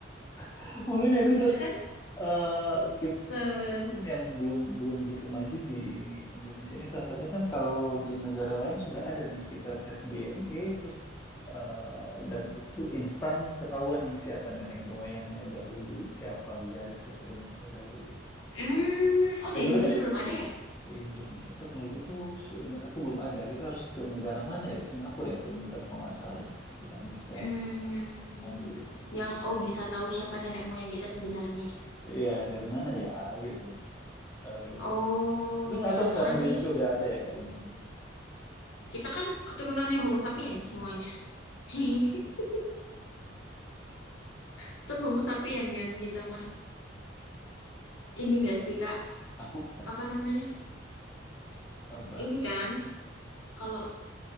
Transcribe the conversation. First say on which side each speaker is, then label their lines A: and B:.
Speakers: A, on the left; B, on the left.
A: Iya, makanya aku
B: bisa
A: sekarang
B: kan?
A: eh, kit-
B: Eh,
A: tim yang belum belum gitu maju di Indonesia ini salah satunya kan kalau di negara lain sudah ada nih kita tes DNA terus eh, dan itu instan ketahuan nih siapa nenek moyangnya dahulu siapa garis keturunannya dahulu.
B: hmm, oh
A: Kalau
B: di
A: kita
B: Indonesia
A: kan
B: belum ada ya?
A: Indonesia teknologi itu seingat aku belum ada. Kita harus ke negara mana ya? Singapura ya paling dekat kalau nggak salah ya yang bisa
B: Hmm,
A: bu- ngambil itu.
B: yang oh bisa tahu siapa nenek moyang kita sebenarnya gitu.
A: Ya dari mana ya gitu. Eh, gitu.
B: Oh,
A: Tapi nggak
B: jangan-jangan
A: tahu sekarang di Indonesia
B: nih
A: udah ada ya kali mungkin.
B: kita kan keturunannya Homo sapien semuanya. <laughs> Tetap Homo sapien kan kita mah. Ini nggak sih Kak?
A: <laughs>
B: apa namanya
A: Apa?
B: ini kan kalau